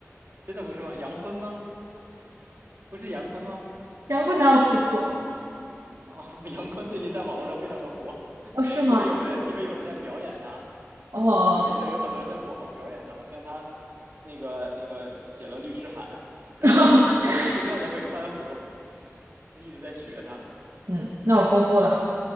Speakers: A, on the right; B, on the right.
A: 真的不是吗？杨坤吗？不是杨坤吗？
B: 摇滚哪有付出啊
A: 哦，<laughs> 杨坤最近在网络上非常的火，
B: 哦，是吗？
A: 因为有人因为有人在表演他。
B: 哦，
A: 在抖音上有很多人在模仿表演他，好像他那个那个写了律师函，然后这件事就不断的被翻火，
B: <laughs>
A: 就一直在学他。
B: 嗯，那我公布了，